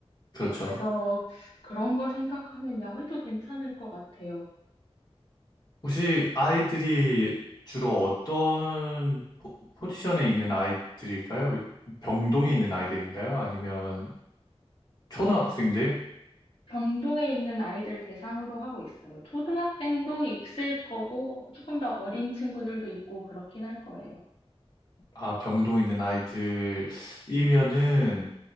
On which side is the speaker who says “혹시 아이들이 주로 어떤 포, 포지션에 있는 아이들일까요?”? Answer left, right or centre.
Left